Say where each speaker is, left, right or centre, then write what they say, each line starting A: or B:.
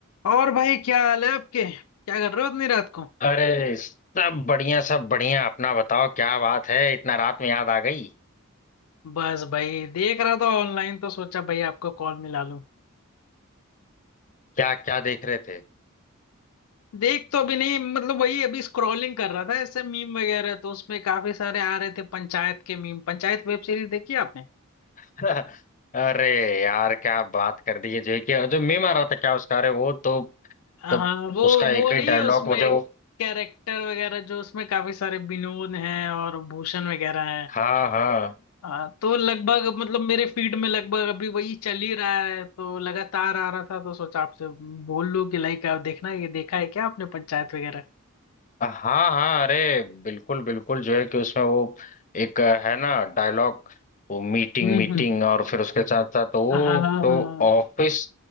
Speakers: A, on the left; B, on the left.
A: और भाई क्या हाल है आपके क्या कर रहे हो इतनी रात को
B: अरे सब बढ़िया सब बढ़िया अपना बताओ क्या बात है इतना रात में याद आ गई
A: बस भाई देख रहा था ऑनलाइन तो सोचा भाई आपको कॉल मिला लूं
B: क्या क्या देख रहे थे
A: देख तो अभी नहीं मतलब वही अभी स्क्रॉलिंग कर रहा था ऐसे मीम वगैरह तो उसमें काफी सारे आ रहे थे पंचायत के मीम पंचायत वेब सीरीज देखी आपने
B: <laughs> अरे यार क्या बात कर दी है जो कि जो मीम आ रहा था क्या उसका अरे वो तो
A: हाँ
B: तब
A: वो
B: उसका
A: वो
B: एक ही
A: नहीं
B: डायलॉग
A: है उसमें
B: मुझे वो
A: कैरेक्टर वगैरह जो उसमें काफी सारे विनोद हैं और भूषण वगैरह
B: हाँ हाँ
A: हाँ तो लगभग मतलब मेरे फीड में लगभग अभी वही चल ही रहा है तो लगातार आ रहा था तो सोचा आपसे बोल लूं कि लाइक आप देखना ये देखा है क्या आपने पंचायत वगैरह
B: हाँ हाँ अरे बिल्कुल बिल्कुल जो है कि उसमें वो एक है ना डायलॉग वो मीटिंग
A: हम्म
B: मीटिंग
A: हम्म
B: और फिर उसके साथ साथ वो
A: हाँ
B: तो
A: हाँ
B: ऑफिस